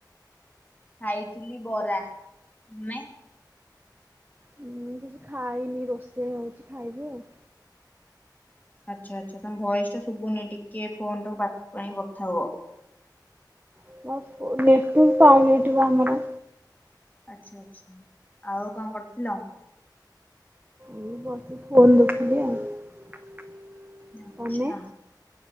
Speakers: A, on the left; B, on the right.
A: ଖାଇଥିଲି ବରା ତମେ?
B: ହୁଁ କିଛି ଖାଇନି ରୋଷେଇ ହଉଛି ଖାଇବି ଆଉ।
A: ଆଚ୍ଛା ଆଚ୍ଛା ତମ ଭଏସ୍ ଟା ଶୁଭୁନି ଟିକେ ଫୋନଟାକୁ ପାଖକୁ ଆଣି କଥା ହୁଅ।
B: <unintelligible> ନେଟୱର୍ ପାଉନି ଏଠି ବା ଆମର।
A: ଆଚ୍ଛା ଆଚ୍ଛା ଆଉ କଣ କରୁଥିଲ।
B: ଏଇ ବସି ଫୋନ୍ ଦେଖୁଥିଲି ଆଉ
A: ଆଚ୍ଛା
B: ତମେ?